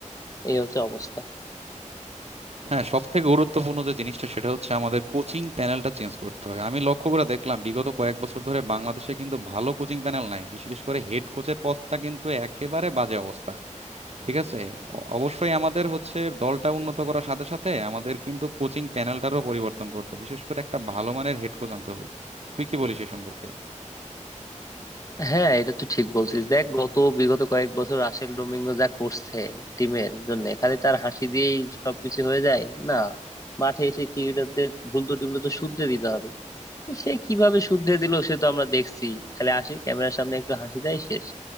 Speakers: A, on the left; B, on the right.
A: এই হচ্ছে অবস্থা
B: হ্যাঁ সব থেকে গুরুত্বপূর্ণ যে জিনিসটা সেটা হচ্ছে আমাদের কোচিং প্যানেলটা চেঞ্জ করতে হবে আমি লক্ষ্য করে দেখলাম বিগত কয়েক বছর ধরে বাংলাদেশে কিন্তু ভালো কোচিং প্যানেল নাই বিশেষ করে হেড কোচের পদটা কিন্তু একেবারে বাজে অবস্থা ঠিক আছে অ- অবশ্যই আমাদের হচ্ছে দলটা উন্নত করার সাথে সাথে আমাদের কিন্তু কোচিং প্যানেলটারও পরিবর্তন করতে হবে বিশেষ করে একটা ভালো মানের হেড কোচ আনতে হবে তুই কি বলিস এ সম্পর্কে
A: হ্যাঁ এটা তুই ঠিক বলছিস দেখ গত বিগত কয়েক বছর রাসেল ডোমিঙ্গো যা করছে টিমের জন্য খালি তার হাসি দিয়েই সবকিছু হয়ে যায় না মাঠে এসে ক্রিকেটারদের ভুল ত্রুটিগুলো তো শুধরে দিতে হবে সে কিভাবে শুদ্ধে দিল সে তো আমরা দেখছি খালি আসি ক্যামেরার সামনে একটু হাসি দেয় শেষ